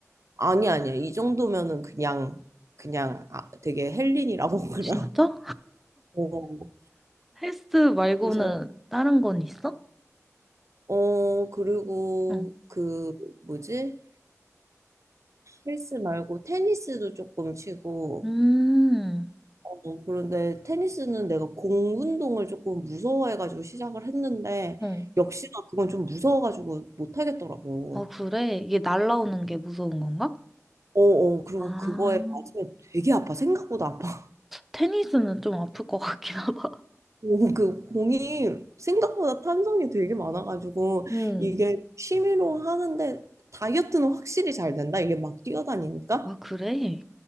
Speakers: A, on the right; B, in the centre.
A: 아니 아니야. 이 정도면은 그냥 그냥 아, 되게 헬린이라고 <laughs> 그러나.
B: 진짜?
A: 어.
B: 헬스 말고는
A: 그래서
B: 다른 건 있어?
A: 어 그리고
B: 응.
A: 그 뭐지? 헬스 말고 테니스도 조금 치고
B: 음,
A: 어, 그런데 테니스는 내가 공 운동을 조금 무서워해가지고 시작을 했는데
B: 어.
A: 역시나 그건 좀 무서워가지고 못하겠더라고.
B: 아, 그래? 이게 날라오는 게 무서운 건가?
A: 어어 그리고
B: 아,
A: 그거에 맞으면 되게 아파 생각보다 아파
B: 테니스는 좀 아플 것 같긴 하다.
A: <laughs> 오, 그 공이 생각보다 탄성이 되게 많아가지고
B: 응.
A: 이게 취미로 하는데 다이어트는 확실히 잘 된다 이게 막 뛰어다니니까
B: 아, 그래?